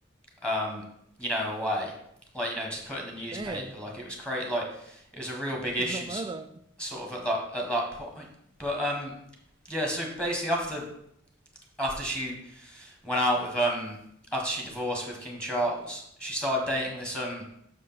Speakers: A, in the centre; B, on the right.
A: um, you know, away, like you know, just put in the newspaper.
B: Damn,
A: Like it was great. Like it was a real big issue,
B: did not know that.
A: sort of at that at that point. But um, yeah. So basically, after after she went out with um after she divorced with King Charles, she started dating this um